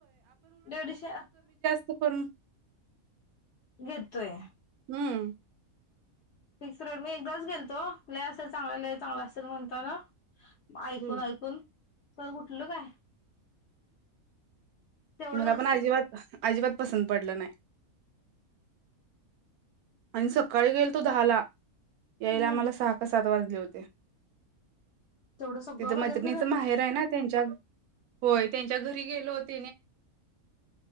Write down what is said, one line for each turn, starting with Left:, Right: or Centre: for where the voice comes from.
Left: दडशे
Right: त करून
Left: घेतोय.
Right: हम्म.
Left: फिक्स रोड मी एकदाच गेलतो ले असेल चांगला ले चांगला असेल म्हणता ना. ऐकून
Right: हम्म.
Left: ऐकून तर उठल काय? तेवढंच
Right: मला पण
Left: असतंय
Right: अजिबात अजिबात पसंत पडलं नाही. आणि सकाळी गेल तो दहा ला यायला
Left: हम्म
Right: आम्हाला सहा का सात वाजले होते.
Left: तेवढं सगळं
Right: तिथं
Left: बाजार
Right: मैत्रिणीच
Left: फिरून
Right: माहेर आहे ना त्यांच्या होय त्यांच्या घरी के होट